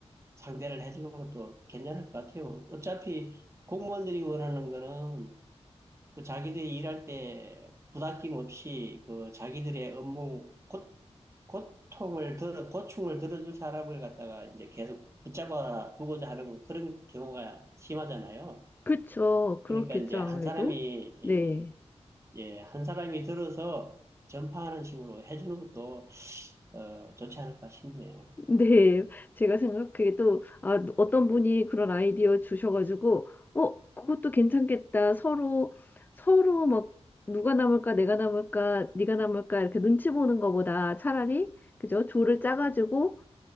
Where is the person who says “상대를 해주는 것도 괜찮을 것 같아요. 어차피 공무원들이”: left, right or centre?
Right